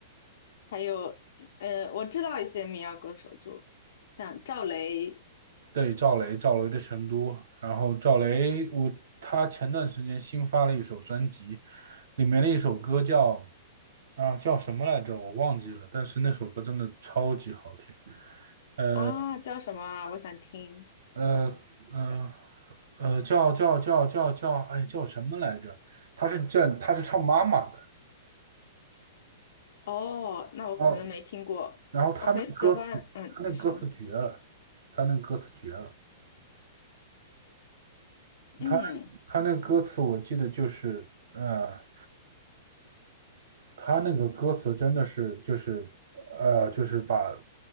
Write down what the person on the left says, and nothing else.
还有呃，我知道一些民谣歌手，就像赵雷
啊，叫什么啊？我想听。
哦，那我可能没听过。
我很喜欢，嗯，
你说，
嗯。